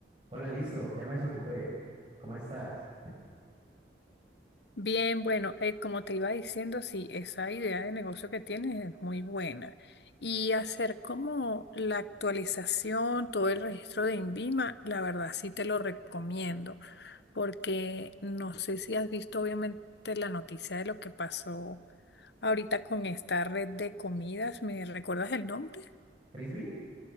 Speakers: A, on the right; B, on the left.
A: Hola, listo, ya me desocupé. ¿Cómo estás?
B: Bien, bueno, eh, como te iba diciendo, sí, esa idea de negocio que tienes es muy buena. Y hacer como la actualización, todo el registro de INVIMA, la verdad sí te lo recomiendo, porque no sé si has visto obviamente la noticia de lo que pasó ahorita con esta red de comidas. ¿Me recuerdas el nombre?
A: ¿Frisbee?